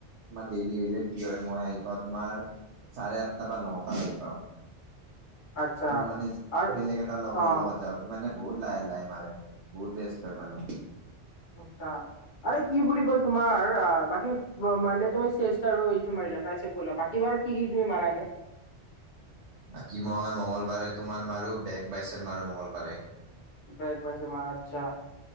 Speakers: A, on the right; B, on the left.
A: ইমান দেৰি হৈ যায় কি হয় মই আহি পাওঁ তোমাৰ চাৰে আঠটা বা নটাত আহি পাওঁ
B: আচ্ছা
A: মোৰ মানে
B: আৰু
A: বেলেগ এটা লগৰ
B: অ
A: লগত যাওঁ সি মানে বহুত লাহে লাহে মাৰে বহুত ৰেষ্ট লয় মানে
B: আচ্ছা আৰে কি বুলি কয় তোমাৰ আ বাকী মানডেত তুমি চেল ষ্টাৰ এইটো মাৰিলা ট্ৰাই চেপ কৰিলা বাকি বাৰত কি কি তুমি মাৰা এনে
A: বাকী মঙ্গলবাৰে তোমাৰ মাৰো বেগ বাইছেপ মাৰো মঙগলবাৰে
B: বেক বেক বাইচাপ মৰা আচ্ছা